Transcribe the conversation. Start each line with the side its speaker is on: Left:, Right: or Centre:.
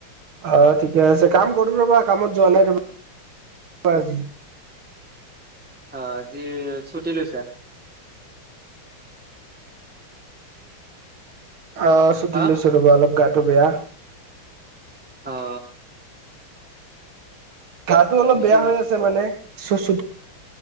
Right: অ ঠিকে আছে কাম কৰো ৰবা কামত যোৱা নাই ৰবা। আজি
Centre: অ আজি ছুটি লৈছা
Right: অ ছুটি
Centre: হা
Right: লৈছো ৰ'বা অলপ গাটো বেয়া।
Centre: অ
Right: গাটো
Centre: তাৰপিছত
Right: অলপ বেয়া হৈ আছে মানে ছষছ